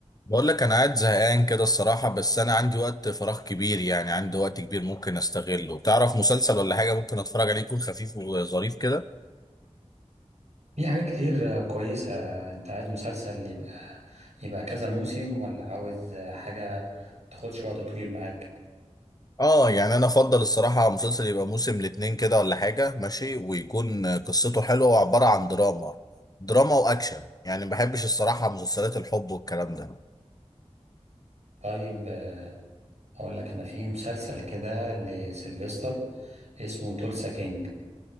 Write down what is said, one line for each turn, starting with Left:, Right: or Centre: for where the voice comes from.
Left: بقول لك انا قاعد زهقان كده الصراحة بس انا عندي وقت فراغ كبير يعني عندي وقت كبير ممكن استغله تعرف مسلسل ولا حاجة ممكن اتفرج عليه يكون خفيف وظريف كده
Right: في حاجات كتير كويسة انت عايز مسلسل يبقى يبقى كذا موسم ولا عاوز حاجة تاخدش وقت طويل معاك
Left: اه يعني انا افضل الصراحة مسلسل يبقى موسم الاتنين كده ولا حاجة ماشي ويكون قصته حلوة وعبارة عن دراما دراما واكشن يعني ما بحبش الصراحة مسلسلات الحب والكلام ده
Right: طيب اقول لك انا في مسلسل كده لسيلفستر اسمه تولسا كينج